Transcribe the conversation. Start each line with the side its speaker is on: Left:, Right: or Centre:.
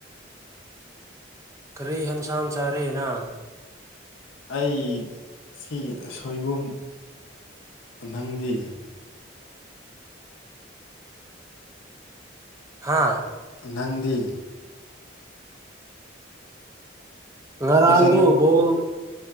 Right: ꯀꯔꯤ ꯍꯤꯟꯁꯥꯡ ꯆꯥꯔꯦ ꯅ
Left: ꯑꯩ ꯁꯤ ꯁꯣꯏꯕꯨꯝ ꯅꯪꯗꯤ
Right: ꯍꯥꯥ
Left: ꯅꯪꯗꯤ
Right: ꯉꯔꯥꯡꯗꯣ
Left: ꯐꯖꯅ
Right: ꯕꯣꯜ